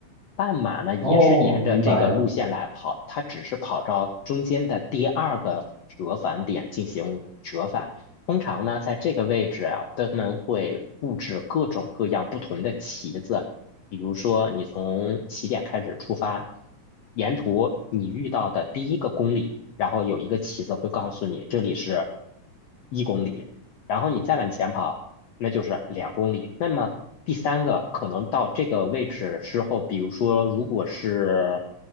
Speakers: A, on the left; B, on the right.
A: 半马呢也是沿着这个路线来跑，
B: 哦，明白了。
A: 它只是跑到中间的第二个折返点进行折返。通常呢，在这个位置啊，他们会布置各种各样不同的旗子，比如说你从起点开始出发，沿途你遇到的第一个公里，然后有一个旗子会告诉你这里是一公里，然后你再往前跑，那就是两公里。那么第三个可能到这个位置之后，比如说如果是